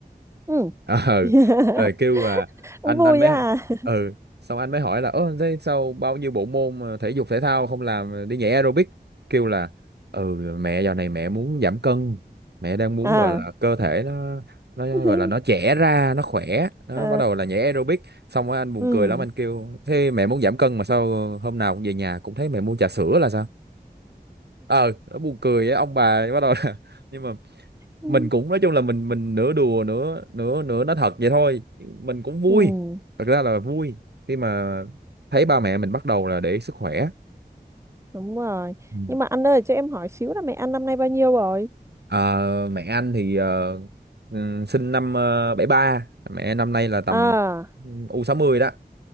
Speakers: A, on the right; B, on the right.
A: Ừ.
B: ờ
A: <laughs>
B: rồi kêu là
A: Cũng
B: anh
A: vui
B: anh mới
A: á.
B: ừ xong anh mới hỏi là ơ thế sao bao nhiêu bộ môn mà thể dục thể thao không làm ờ, đi nhảy aerobic kêu là ừ mẹ dạo này mẹ muốn giảm cân mẹ đang muốn
A: À.
B: gọi là cơ thể nó nó
A: <laughs>
B: gọi là nó trẻ ra nó khỏe nó
A: Ờ,
B: bắt đầu là nhảy aerobic xong rồi anh buồn
A: ừ.
B: cười lắm anh kêu thế mẹ muốn giảm cân mà sao hôm nào cũng về nhà cũng thấy mẹ mua trà sữa là sao ờ nó buồn cười với ông bà bắt đầu là <laughs> nhưng mà
A: Ừ.
B: mình cũng nói chung là mình mình nửa đùa nửa nửa nửa nói thật vậy thôi mình cũng vui
A: Ừ,
B: thật ra là vui khi mà thấy ba mẹ mình bắt đầu là để ý sức khỏe
A: đúng rồi.
B: ừ.
A: Nhưng mà anh ơi, cho em hỏi xíu là mẹ anh năm nay bao nhiêu rồi?
B: Ờ, mẹ anh thì ờ, ừ, sinh năm ờ, bảy ba mẹ năm nay là tầm
A: À,
B: u sáu mươi đó